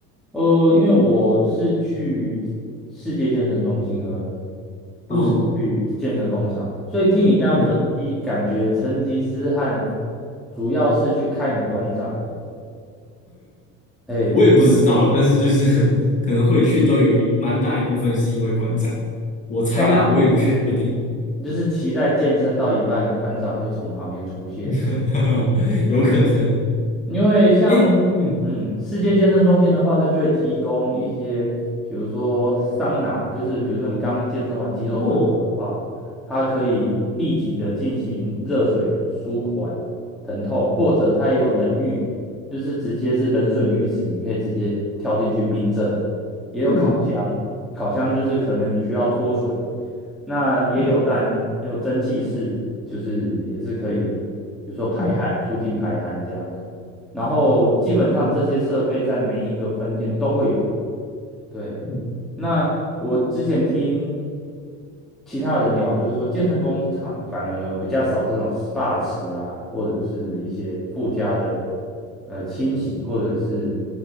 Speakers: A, in the centre; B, on the left.
A: 呃，因为我是去世界健身中心而不是去健身工厂，
B: 哦，
A: 所以听你这样分析，
B: 嗯。
A: 感觉成吉思汗主要是去看馆长的，哎，
B: 我也不知道啦，但是就是 <laughs> 可能会去都有一蛮大一部分是因为馆长，我猜啦，
A: 啊，
B: 我也不确定，
A: 就是期待健身到一半，馆长会从旁边出现，
B: <laughs>
A: 哎，
B: 有可能。
A: 因为像嗯，
B: 诶，嗯，
A: 世界健身中心的话，它就会提供一些，比如说桑拿，就是比如说你刚健身完肌肉酸痛的话，
B: 哦，
A: 它可以立即的进行热水舒缓疼痛，或者它也有冷浴，就是直接是冷水浴池，你可以直接跳进去冰镇，也有烤箱，
B: 嗯
A: 烤箱就是可能你需要脱水，那也有但也有蒸汽室，
B: 嗯
A: 就是也是可以，比如说排汗，
B: 嗯
A: 促进排汗这样。然后基本上这些设备在每一个分店都会有。对，
B: 嗯
A: 那我之前听其他人聊，就是说健身工厂反而比较少这种 SPA 池啊，或者是一些附加的呃清洗或者是